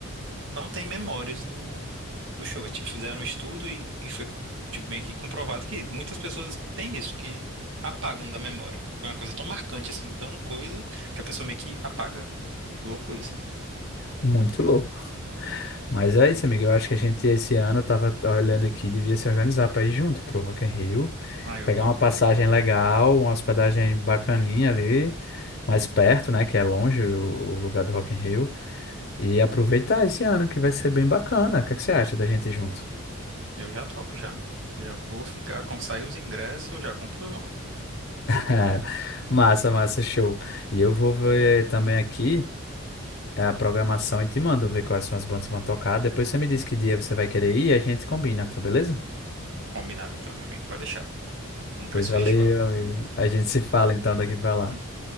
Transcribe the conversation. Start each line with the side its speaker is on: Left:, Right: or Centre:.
Right: não tem memórias do, do show. É, Tipo, fizeram um estudo e, e foi tipo, meio que comprovado que muitas pessoas têm isso, que apagam da memória. Foi uma coisa tão marcante, assim, tão coisa, que a pessoa meio que apaga. Louco isso, né?
Left: Muito louco. Mas é isso, amigo. Eu acho que a gente esse ano tava olhando aqui, devia se organizar para ir junto pro Rock in Rio,
Right: Ah, eu
Left: pegar
Right: topo.
Left: uma passagem legal, uma hospedagem bacaninha ali, mais perto, né, que é longe o o lugar do Rock in Rio, e aproveitar esse ano que vai ser bem bacana. O que é que você acha da gente ir junto? <laughs>
Right: Eu já topo, já. Já vou ficar, quando sair os ingressos, eu já compro os nossos.
Left: É, massa, massa, show. E eu vou ver também aqui é, a programação e te mando ver quais são as bandas que vão tocar. Depois você me diz que dia você vai querer ir e a gente combina, tá beleza?
Right: Combinado então, meu amigo. Pode deixar. Vamos
Left: Pois
Right: para esse
Left: valeu,
Right: festival.
Left: amigo. A gente se fala então daqui pra lá.
Right: Uhum.